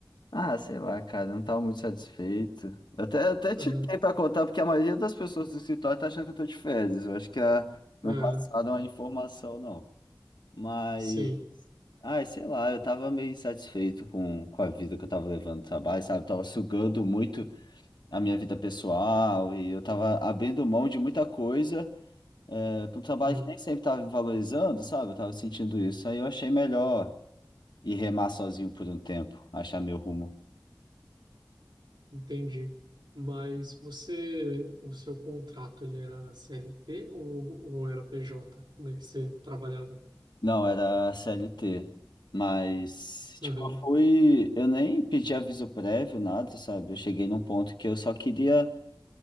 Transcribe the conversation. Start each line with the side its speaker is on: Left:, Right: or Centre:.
Left: Ah, sei lá, cara, eu não tava muito satisfeito. Eu até, eu até
Right: Uhum.
Left: te liguei pra contar, porque a maioria das pessoas do escritório tá achando que eu tô de férias. Eu acho que ah, não
Right: aham,
Left: passaram a informação, não. Mas,
Right: sim,
Left: ai, sei lá, eu tava meio insatisfeito com, com a vida que eu tava levando no trabalho, sabe? Tava sugando muito a minha vida pessoal e eu tava abrindo mão de muita coisa É, para um trabalho
Right: Hum,
Left: que nem sempre estava me valorizando, sabe? Eu tava sentindo isso. Aí eu achei melhor ir remar sozinho por um tempo, achar meu rumo.
Right: entendi. Mas você, o seu contrato, ele era CLT ou, ou era PJ? Como é que você trabalhava?
Left: Não, era CLT. Mas,
Right: Uhum,
Left: tipo, eu fui. Eu nem pedi aviso prévio, nada, sabe? Eu cheguei num ponto que eu só queria